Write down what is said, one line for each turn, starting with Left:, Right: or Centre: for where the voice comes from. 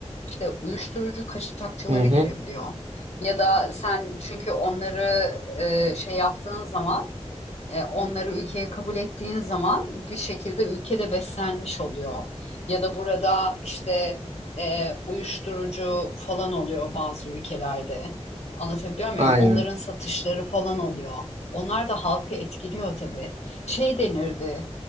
Left: İşte uyuşturucu kaçakçıları
Right: Hı hı.
Left: girebiliyor. Ya da sen çünkü onları e, şey yaptığın zaman, e, onları ülkeye kabul ettiğin zaman bir şekilde ülkede beslenmiş oluyor. Ya da burada işte e, uyuşturucu falan oluyor bazı ülkelerde. Anlatabiliyor muyum?
Right: Aynı.
Left: Onların satışları falan oluyor. Onlar da halkı etkiliyor tabii. Şey denirdi.